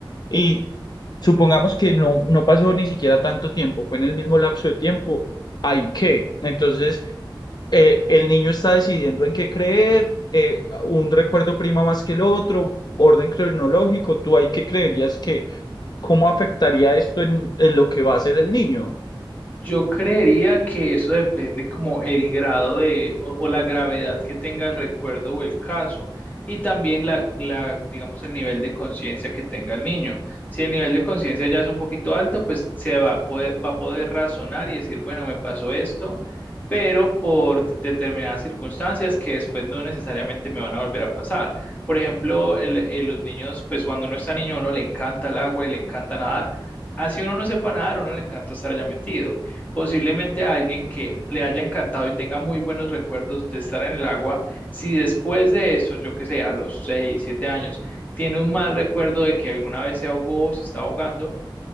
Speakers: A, on the left; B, on the left.
A: y supongamos que no, no pasó ni siquiera tanto tiempo, fue en el mismo lapso de tiempo. Hay que. Entonces, eh, el niño está decidiendo en qué creer, eh, un recuerdo prima más que el otro, orden cronológico, ¿tú ahí qué creerías que, cómo afectaría esto en, en lo que va a hacer el niño?
B: Yo creería que eso depende como el grado de o, o la gravedad que tenga el recuerdo o el caso y también la, la digamos el nivel de conciencia que tenga el niño. Si el nivel de conciencia ya es un poquito alto, pues se va a poder, va a poder razonar y decir, bueno, me pasó esto, pero por de- determinadas circunstancias que después no necesariamente me van a volver a pasar. Por ejemplo, el- eh, los niños, pues cuando uno está niño, a uno le encanta el agua y le encanta nadar. Así uno no sepa nadar, a uno le encanta estar allá metido. Posiblemente a alguien que le haya encantado y tenga muy buenos recuerdos de estar en el agua, si después de eso, yo que sé, a los 6 7 años, tiene un mal recuerdo de que alguna vez se ahogó o se está ahogando,